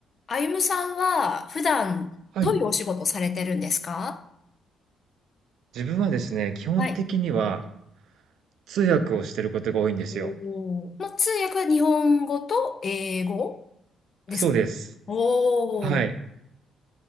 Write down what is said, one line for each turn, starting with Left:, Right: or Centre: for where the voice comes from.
Left: あゆむさんは普段どういうお仕事されてるんですか
Right: はい。自分はですね、基本的には
Left: はい。
Right: 通訳をしてることが多いんですよ。
Left: おーも通訳は日本語と英語ですか
Right: そうです。
Left: おー。
Right: はい。